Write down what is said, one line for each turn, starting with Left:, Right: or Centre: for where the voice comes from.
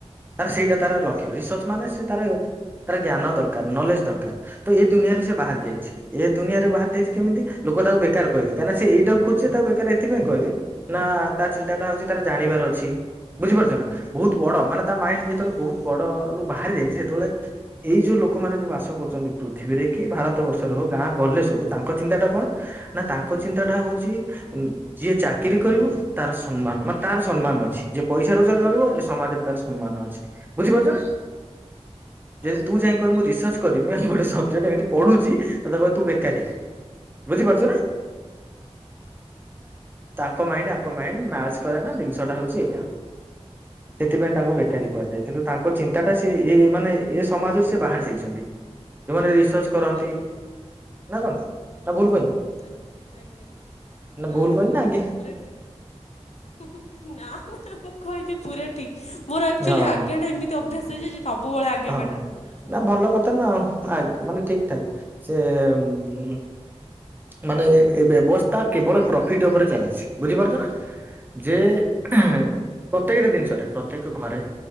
Right: ତାର ସେଇଟା
Left: ଆଜ୍ଞା
Right: ତାର ଲକ୍ଷ୍ୟ ରିସର୍ଚ୍ଚ ମାନେ ସେ ତାର ତାର ଜ୍ଞାନ ଦରକାର ନଲେଜ୍ ଦରକାର ତ ଏଇ ଦୁନିଆରେ ସେ ବାହାରି ଯାଇଛି
Left: ଆଜ୍ଞା
Right: ଏ ଦୁନିଆରେ ବାହାର ଯାଇଛି କେମିତି?
Left: ଆଜ୍ଞା
Right: ବେକାର କହିବେ କାରଣ ସେ ଏଇଟାକୁ ଖୋଜୁଛି ତାକୁ ବେକାର ଏଥିପାଇଁ କହିବେ ନା ତା ଚିନ୍ତାଟା ହଉଛି ତାର ଜାଣିବାର ଅଛି ବୁଝିପାରୁଛୁ ନା ବହୁତ ବଡ଼ ମାନେ ତା ମାଇଣ୍ଡ ଯେତେବେଳେ
Left: ଆଜ୍ଞା ଆଜ୍ଞା
Right: ବହୁତ ବଡ଼ରୁୁ ବାହାରି ଯାଇଛି ସେ ଯେତେବେଳେ ଏଇ ଯୋଉ ଲୋକମାନେ ଯୋଉ ବାସ କରୁଛନ୍ତି ପୃଥିବୀରେ କି ଭାରତ ବର୍ଷରେ ହଉ ଗାଁ ଗଲେ ସବୁ ତାଙ୍କ ଚିନ୍ତାଟା କଣ ନା ତାଙ୍କ ଚିନ୍ତାଟା ହଉଛି ଯିଏ ଚାକିରି କରିବ ତାର ସମ୍ମାନ ମାନେ ତାର ସମ୍ମାନ ଅଛି ଯିଏ ପଇସା ରୋଜଗାର କରିବ ଏ ସମାଜରେ ତାର ସମ୍ମାନ ଅଛି ବୁଝିପାରୁଛ ନା? <inaudible> ଯଦି
Left: ଆଜ୍ଞା ଆଜ୍ଞା
Right: ତୁ ଯାଇ କହିବୁ ମୁଁ ରିସର୍ଚ୍ଚ। <unintelligible> ସବ୍ଜେକ୍ଟ୍ ଏମିତି ପଢୁ଼ଛି ତତେ କହିବେ ତୁ ବେକାରୀ। <inaudible> ବୁଝିପାରୁଛୁ ନା <inaudible> ତାଙ୍କ ମାଇଣ୍ଡ୍ ୟାଙ୍କ ମାଇଣ୍ଡ୍ ମ୍ୟାଚ୍ କରେନା ଜି <unintelligible> ହଉଚି ଏଇଆ ସେଥିପାଇଁ ତାଙ୍କୁ ବେକାରୀ
Left: ଆଉ
Right: କୁହାଯାଏ। କିନ୍ତୁ ତାଙ୍କ ଚିନ୍ତାଟା ସେ ଏ ଏମାନେ ଏ ସମାଜରୁ ସେ ବାହାରି ଯାଇଚନ୍ତି। ଯଉମାନେ ରିସ୍ ସର୍ଚ୍ଚ କରନ୍ତି
Left: ଆଜ୍ଞା
Right: ନା କଣ?
Left: <inaudible>
Right: ନା ଭୁଲ କହିନି
Left: ଆଜ୍ଞା ନା
Right: ଭୁଲ
Left: ନା
Right: କହିନି
Left: ଭୁଲ୍
Right: ଆଜ୍ଞା
Left: ନୁହଁ ପୁରା ଠିକ୍ ହୁଁ ହୁଁ ନା ନା ମୁଁ କହିଲି ପୁରା ଠିକ୍ ମୋର ଆକ୍ଚୁଆଲି
Right: ହଁ
Left: ଆଜ୍ଞାଟା ଏମିତ୍ ଅଭ୍ୟାସ ହେଇଯାଇ ଯେ ସବୁବେଳେ ଆଜ୍ଞା
Right: ହଁ
Left: ବାଡ୍ରେ ବାହାରି ଯାଉଛି। ମୁଁ
Right: ନା
Left: କଣ
Right: ଭଲ
Left: କରିବି?
Right: କଥା ନା ଆ ମାନେ ଠିକ୍ ଠାକ୍ ସେ ଉଁ ମାନେ ଏ ବ୍ୟବସ୍ଥା କେବଳ ପ୍ରଫିଟ ଉପରେ ଚାଲିଛି। ବୁଝିପାରୁଛ ନା ଯେ ଉହୁଁ ପ୍ରତ୍ୟେକଟି ଜିନିଷରେ ପ୍ରତ୍ୟେକ ଘରେ